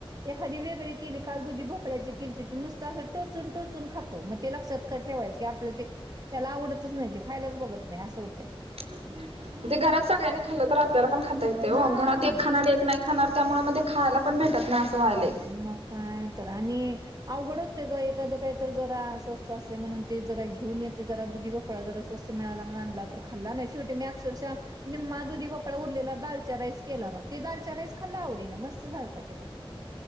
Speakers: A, on the right (about 40°); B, on the right (about 85°).
A: एखादी वेगळी केली काल दुधीभोपळ्याची केलती, नुसतं असं टोचून टोचून खातो म ते लक्षात का ठेवायचं की, आपलं ते त्याला आवडतच नाही ते खायलाच बघत नाही असं होतंय
B: म तेे घरात सगळ्यांनी खाल्लं तर आ आपल्याला पण खाता येतयं
A: हा
B: ओ घरात एक खाणार एक नाही खाणार, त्यामुळे म ते खायला पण भेटत नाही. व्हायलय.
A: मग काय? तर आणि अवघड होतय. एखाद काय तर जरा स्वस्त असतयं म्हणून, ते जरा घेऊन येते जरा दुधी भोपळा जरा स्वस्त मिळाला म्हणून आणला तर खाल्ला नाही, शेवटी मी अक्षरशः निम्मा दुधीभोपळा उरलेला दालच्या राईस केला, मग ते दालच्या राईस खाल्ला आवडी ना मस्त झालता ते पण.